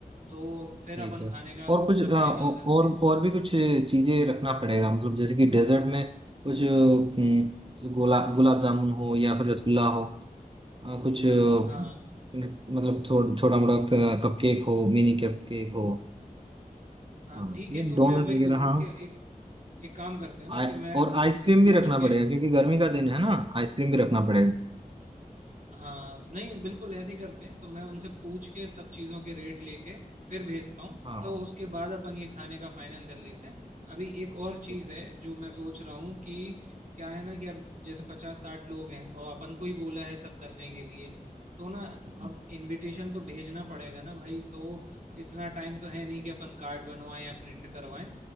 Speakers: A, on the right (about 60°); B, on the right (about 35°).
A: तो फिर
B: ठीक
A: अपन
B: है
A: खाने का मतलब
B: और कुछ अ, औ-
A: फाइनल करते
B: और
A: हैं
B: और भी कुछ चीजें रखना पड़ेगा मतलब जैसे कि डेजर्ट में कुछ हम्म, जैसे गोला गुलाब जामुन हो या फिर रसगुल्ला हो अ, कुछ अ,
A: हाँ
B: मतलब थोड़ा छोटा मोटा कप केक हो मिनी कप केक हो
A: हाँ
B: हाँ
A: ठीक
B: ये
A: है तो
B: डोनट
A: मैं वही
B: वगैरह
A: बोल रहा
B: हाँ
A: हूँ कि एक एक काम करते हैं ना
B: आ,
A: कि मैं
B: और आइसक्रीम
A: उनसे पूछ
B: भी रखना
A: के
B: पड़ेगा क्योंकि गर्मी का दिन है ना आइसक्रीम भी रखना पड़ेगा
A: हाँ नहीं बिल्कुल ऐसे ही करते हैं तो मैं उनसे पूछ के सब चीज़ों के रेट लेके फिर भेजता हूँ
B: हाँ
A: तो
B: हाँ
A: उसके बाद अपन ये खाने का फाइनल कर लेते हैं अभी एक और
B: ठीक
A: चीज़ है जो मैं सोच रहा हूँ कि क्या है ना कि अब जैसे पचास साठ लोग हैं और अपन को ही बोला है सब करने के लिए तो ना
B: हाँ।
A: अब इनविटेशन तो भेजना पड़ेगा ना भाई तो इतना टाइम तो है नहीं कि अपन कार्ड बनवाएं या प्रिंट करवाएं